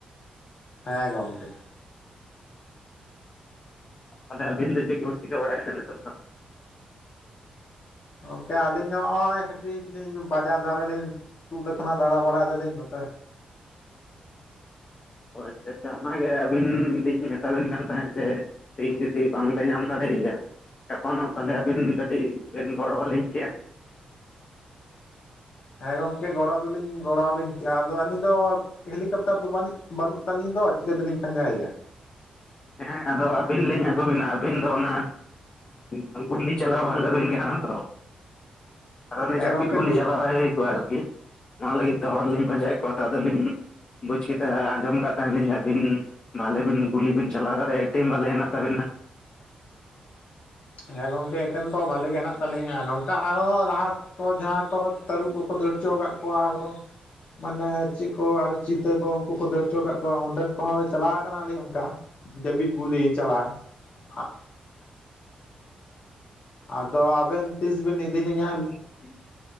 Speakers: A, on the left; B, on the left.
A: ᱦᱮᱸ ᱜᱚᱝᱠᱮ
B: ᱛᱟᱦᱞᱮ ᱟᱵᱤᱱ ᱫᱚ ᱪᱮᱫ ᱠᱚ ᱵᱤᱱ ᱪᱤᱠᱟᱹ ᱵᱟᱲᱟᱭᱮᱛ ᱛᱟᱦᱮᱱ ᱱᱤᱛᱚᱜ ᱫᱚ?
A: ᱜᱚᱝᱠᱮ ᱟᱹᱞᱤᱧ ᱦᱚᱸᱼᱚᱭ ᱠᱟᱹᱴᱤᱡ ᱞᱤᱧ ᱵᱟᱡᱟᱨ ᱫᱷᱟᱨᱮ ᱞᱤᱧᱼᱼ ᱛᱩᱫ ᱠᱟᱱᱟ ᱫᱟᱬᱟ ᱵᱟᱲᱟᱭ ᱫᱟᱞᱤᱧ ᱱᱚᱛᱮ᱾
B: ᱚ ᱟᱪᱪᱷᱟ ᱟᱪᱪᱷᱟ ᱚᱱᱟᱜᱮ ᱟᱹᱵᱤᱱ ᱞᱤᱧ ᱢᱮᱛᱟᱵᱤᱱ ᱠᱟᱱ ᱛᱟᱦᱮᱸᱫ ᱡᱮᱼᱼ ᱛᱤᱦᱤᱧ ᱡᱩᱫᱤ ᱵᱟᱝᱞᱮ ᱧᱟᱢ ᱫᱟᱲᱮᱭᱟᱭᱟᱼᱼ ᱜᱟᱯᱟᱱᱚᱜ ᱛᱟᱦᱞᱮ ᱟᱹᱵᱤᱱ ᱠᱟᱴᱤᱡ ᱵᱮᱱ ᱜᱚᱲᱚᱣᱟ ᱞᱤᱧ ᱠᱮᱭᱟ᱾
A: ᱦᱮᱸ ᱜᱚᱝᱠᱮ ᱜᱚᱲᱚ ᱫᱚᱞᱤᱧ ᱜᱚᱲᱚᱣᱟᱵᱤᱱ ᱠᱮᱭᱟ, ᱟᱫᱚ ᱟᱹᱞᱤᱧ ᱫᱚ ᱦᱮᱞᱤᱠᱮᱯᱴᱟᱨ ᱫᱚ ᱵᱟᱱᱤᱜ ᱵᱟᱱᱩᱜ ᱛᱟᱹᱞᱤᱧ ᱫᱚ ᱪᱤᱠᱟᱹ ᱛᱮᱞᱤᱧ ᱯᱟᱸᱡᱟᱭᱮᱭᱟ᱾
B: ᱦᱮᱸ ᱟᱫᱚ ᱟᱹᱵᱤᱱ ᱞᱤᱧ ᱟᱹᱜᱩ ᱵᱤᱱᱟ ᱟᱹᱵᱤᱱ ᱫᱚ ᱚᱱᱟ ᱦᱮᱸ ᱜᱩᱞᱤ ᱪᱟᱞᱟᱣ ᱵᱷᱟᱞᱮ ᱵᱤᱱ ᱜᱟᱱᱚᱜᱼᱟ ᱛᱚ᱾ ᱟᱫᱚ ᱩᱱᱤ
A: ᱦᱮᱸ
B: ᱡᱟᱯᱤᱫ
A: ᱜᱚᱝᱠᱮ
B: ᱜᱩᱞᱤ ᱪᱟᱞᱟᱣᱟᱭ ᱦᱩᱭ ᱠᱚᱜᱼᱟ ᱟᱨᱠᱤ᱾ ᱚᱱᱟ ᱞᱟᱹᱜᱤᱫ ᱛᱮ ᱦᱚᱲ ᱞᱤᱧ ᱯᱟᱸᱡᱟᱭᱮᱫ ᱠᱚᱣᱟ ᱟᱫᱚ ᱞᱤᱧ ᱵᱩᱡᱽ ᱠᱮᱫᱟ ᱟᱸᱡᱚᱢ ᱠᱟᱫ ᱛᱟᱦᱮᱱ ᱞᱤᱧ ᱟᱹᱵᱤᱱ ᱵᱷᱟᱞᱮ ᱵᱤᱱ ᱜᱩᱞᱤ ᱵᱤᱱ ᱪᱟᱞᱟᱣ ᱫᱟᱲᱮᱭᱟᱜᱼᱟ ᱮᱴᱮᱢ ᱵᱷᱟᱞᱮ ᱦᱮᱱᱟᱜ ᱛᱟᱵᱮᱱᱟ᱾
A: ᱦᱮᱸ ᱜᱚᱝᱠᱮ ᱮᱴᱮᱢ ᱫᱚ ᱵᱷᱟᱞᱮ ᱜᱮ ᱦᱮᱱᱟᱜ ᱛᱟᱞᱤᱧᱟ ᱱᱚᱝᱠᱟ ᱟᱨᱚ ᱞᱟᱦᱟ ᱠᱚ ᱡᱟᱦᱟᱸ ᱠᱚ ᱛᱟᱹᱨᱩᱵ ᱠᱚᱠᱚ ᱫᱟᱹᱲ ᱦᱚᱪᱚ ᱠᱟᱜ ᱠᱚᱣᱟ ᱟᱨᱚ ᱢᱟᱱᱮ ᱪᱮᱫ ᱠᱚ ᱟᱨᱚ ᱪᱤᱛᱟᱹ ᱠᱚ ᱩᱱᱠᱩ ᱠᱚ ᱫᱟᱹᱲ ᱪᱚ ᱠᱟᱜ ᱠᱚᱣᱟ ᱚᱸᱰᱮᱱ ᱠᱚᱦᱚᱸ ᱪᱟᱞᱟᱣ ᱠᱟᱱᱟᱞᱤᱧ ᱚᱝᱠᱟ᱾ ᱡᱟᱹᱯᱤᱫ ᱜᱩᱞᱤ ᱪᱟᱞᱟ ᱟᱜ ᱟᱫᱚ ᱟᱵᱮᱱ ᱛᱤᱥ ᱵᱮᱱ ᱤᱫᱤᱞᱤᱧᱟ?
B: ᱢᱤᱫ ᱫᱤᱱ